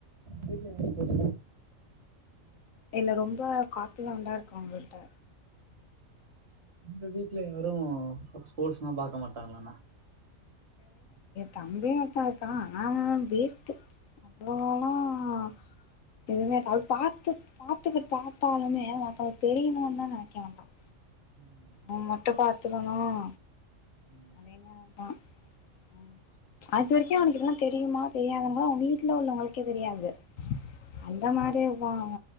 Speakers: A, on the right; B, on the left.
A: வீட்ல <unintelligible>
B: இல்ல ரொம்ப காத்துதான் உண்டா இருக்கும் உங்கள்ட்ட
A: எந்த வீட்ல யாரும் ஸ்போர்ட்ஸ்ல்லாம் பார்க்க மாட்டாங்களானா
B: தம்பினு ஒருத்தாவன் இருக்கான் ஆன அவ வேஸ்ட் <unintelligible> எதுவுமே பார்த்து பார்த்துக்கிட்டு பார்த்தாலுமே மற்றங்க தெரியணும்னு தான் நினைக்க வேண்டாம்
A: ம்
B: அவன் மட்டும் பார்த்துக்கணும்
A: ம்
B: <unintelligible> தெரியுமா தெரியாதவ கூட அவங்க வீட்டில் உள்ளவங்களுக்கே தெரியாது அந்த மாதிரி போங்க